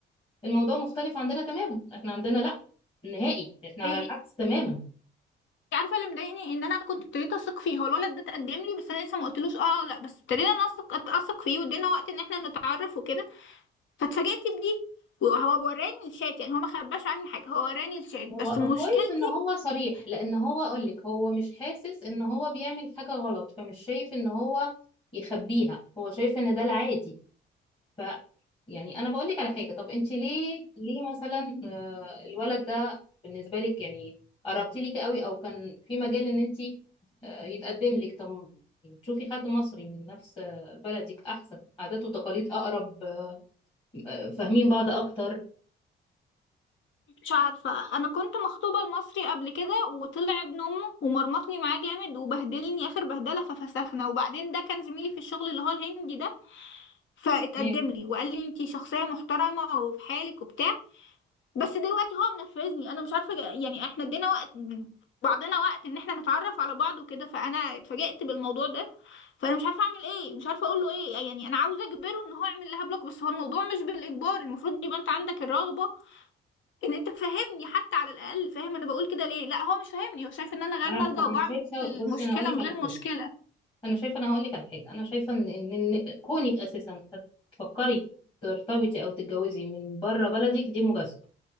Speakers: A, on the left; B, on the left.
A: الموضوع مختلف عندنا تماما احنا عندنا لا نهائي احنا
B: إيه
A: على العكس تماما
B: إنت عارفة اللي مضايقني إن أنا كنت ابتديت أثق فيه هو الولد ده اتقدم لي بس أنا لسه ما قلتلوش أه أو لأ بس ابتدينا نثق أثق فيه وادينا وقت إن إحنا نتعرف وكده فاتفاجئت بدي وهو وراني الشات يعني هو ما خباش عني حاجة هو وراني الشات بس
A: هو
B: مشكلتي
A: كويس ان هو صريح لان هو اقولك هو مش حاسس ان هو بيعمل حاجة غلط فمش شايف ان هو يخبيها هو شايف ان ده العادي ف يعني انا بقولك على حاجة طب انت ليه ليه مثلا آه، الولد ده بالنسبة لك يعني قربتي ليكي قوي او كان في مجال ان انت آه، يتقدم لك طب يعني تشوفي حد مصري من نفس آه، بلدك احسن عادات وتقاليد اقرب آه، فاهمين بعض اكتر
B: مش عارفة أنا كنت مخطوبة لمصري قبل كده وطلع ابن أمه ومرمطني معاه جامد وبهدلني آخر بهدلة ففسخنا وبعدين ده كان زميلي في الشغل اللي هو الهندي ده فاتقدم
A: تمام.
B: لي وقال لي انتي شخصية محترمة وفي حالك وبتاع بس دلوقتي هو منرفزني أنا مش عارفة جا- يعني احنا ادينا وقت بعضنا وقت إن احنا نتعرف على بعض وكده فأنا اتفاجئت بالموضوع ده فأنا مش عارفة أعمل إيه مش عارفة أقول له إيه يعني أنا عاوزة أجبره إن هو يعمل لها بلوك بس هو الموضوع مش بالإجبار المفروض يبقى أنت عندك الرغبة ان انت فاهمني حتى على الاقل فاهم انا بقول كده ليه لا هو مش فاهمني هو شايف ان انا غير
A: عارفة
B: ناضجه
A: انا
B: وبعمل
A: شايفة بصي
B: مشكله
A: انا اقولك
B: من
A: على
B: غير
A: حاجة
B: مشكله
A: انا شايفه انا هقول لك على حاجه انا شايفه ان ان إن كونك اساسا تفكري ترتبطي او تتجوزي من بره بلدك دي مجازفه